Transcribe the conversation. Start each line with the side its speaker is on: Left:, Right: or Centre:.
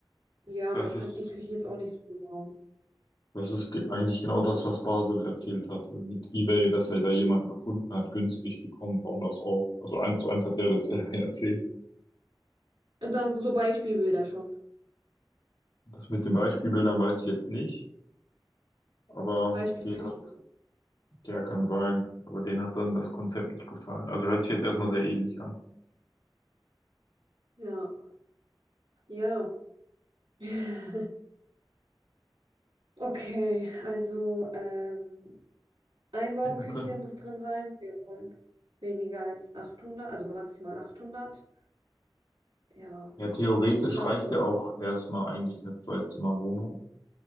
Right: Ja, aber
Left: das
Right: ich
Left: ist,
Right: fand die Küche jetzt auch nicht so wow.
Left: das ist ge- eigentlich genau das, was Basel erzählt hatte mit eBay, dass er da jemanden gefunden hat, günstig, die kommen, bauen das auf. Also eins zu eins hat er das <laughs> erzählt.
Right: Und da sind so Beispielbilder schon.
Left: Das mit den Beispielbildern weiß ich jetzt nicht, aber
Right: Beispielküchen.
Left: den hat, der kann sein, aber den hat dann das Konzept nicht gefallen. Also hört sich jetzt erstmal sehr ähnlich an.
Right: Ja, ja. <laughs> Okay, also ähm, Einbauküche
Left: Ja, wir können.
Right: muss drin sein. Wir wollen weniger als 800, also maximal 800. Ja,
Left: Ja, theoretisch
Right: ein Schlafzimmer,
Left: reicht ja auch erstmal eigentlich eine Zwei-Zimmer-Wohnung.